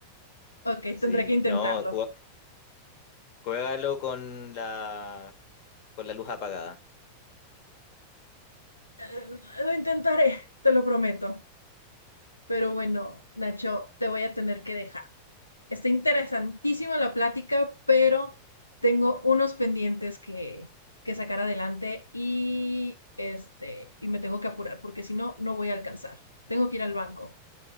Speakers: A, on the left; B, on the left.
A: Ok,
B: Sí,
A: tendré que intentarlo.
B: no, ju- juégalo con la con la luz apagada.
A: Eh, Lo intentaré, te lo prometo. Pero bueno, Nacho, te voy a tener que dejar. Está interesantísima la plática, pero tengo unos pendientes que, que sacar adelante y este, y me tengo que apurar porque si no, no voy a alcanzar. Tengo que ir al banco.